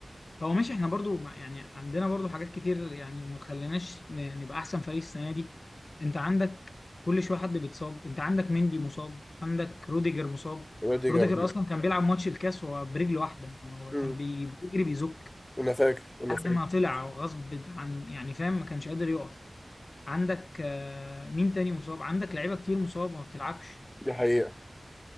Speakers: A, on the left (about 60°); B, on the left (about 20°).
A: هو ماشي احنا برضو مع- يعني عندنا برضو حاجات كتير يعني ما تخليناش ن- نبقى احسن فريق السنه دي انت عندك كل شويه حد بيتصاب انت عندك مندي مصاب عندك روديجر مصاب
B: روديجر
A: روديجر روديجر اصلا كان بيلعب ماتش الكاس وهو برجل واحده يعني هو
B: مم.
A: كان بي- بيجري بيزك
B: انا فاكر انا
A: لحد
B: فاكر
A: ما طلع غصب عن يعني فاهم ما كانش قادر يقف عندك آه، مين تاني مصاب عندك لعيبه كتير مصاب وما بتلعبش
B: دي حقيقة